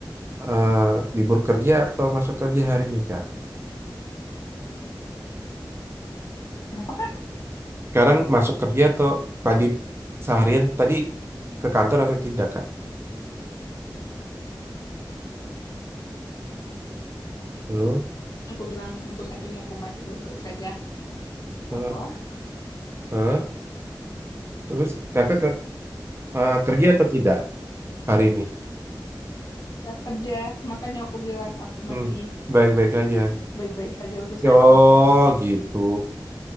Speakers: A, on the right; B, on the left.
A: eh, libur kerja atau masuk kerja hari ini, Kak?
B: Kenapa, Kak?
A: Sekarang masuk kerja atau tadi seharian tadi ke kantor atau tidak, Kak? Halo?
B: Aku bilang untuk saat ini aku masih baik-baik saja.
A: Eh,
B: Halo?
A: eh, Terus Kakak ke, eh,
B: Iya,
A: kerja
B: Kak?
A: atau tidak hari ini?
B: Nggak kerja. Makanya aku bilang aku
A: Hmm,
B: masih
A: baik-baik aja.
B: baik-baik saja untuk saat
A: Oh,
B: ini.
A: gitu.